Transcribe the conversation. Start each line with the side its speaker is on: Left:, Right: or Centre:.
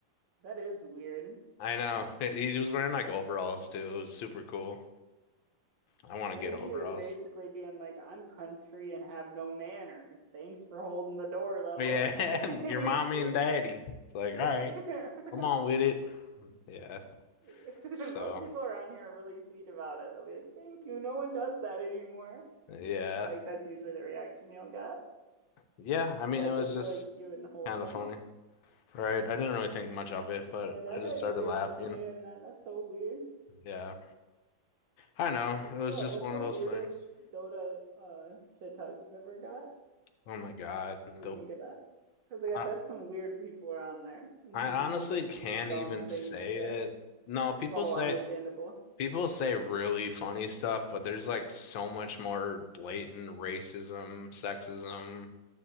Right: That is weird.
Left: I know <laughs> he he was wearing like overalls too. It was super cool. I want to
Right: I
Left: get
Right: think
Left: overalls.
Right: he was basically being like, I'm country and have no manners. Thanks for holding the door though.
Left: Yeah,
Right: <laughs> Like,
Left: <laughs> your mommy and daddy. It's like,
Right: yeah.
Left: all right,
Right: <laughs>
Left: come on with it. Yeah.
Right: <laughs>
Left: So,
Right: Most people around here are really sweet about it. They'll be like, "Thank you. No one does that anymore."
Left: yeah.
Right: Like that's usually the reaction you'll get.
Left: Yeah, I
Right: It's
Left: mean,
Right: like
Left: it was
Right: it's
Left: just
Right: really cute and wholesome.
Left: kind of funny, right? I didn't really think much of it, but
Right: Yeah, that
Left: I just
Right: guy's
Left: started
Right: weird
Left: laughing.
Right: for saying that. That's so weird.
Left: Yeah. I know.
Right: What's
Left: It
Right: the
Left: was just
Right: what's
Left: one
Right: the
Left: of
Right: weirdest
Left: those things.
Right: Dota uh shit talk you've ever got?
Left: Oh my God.
Right: Made
Left: The
Right: me think of that. Because like I
Left: I,
Right: bet some weird people are on there and
Left: I
Right: just
Left: honestly
Right: come up with
Left: can't
Right: some dumb
Left: even
Right: things
Left: say
Right: to say.
Left: it. No, people
Right: Oh,
Left: say
Right: understandable.
Left: people say really funny stuff, but there's like so much more blatant racism, sexism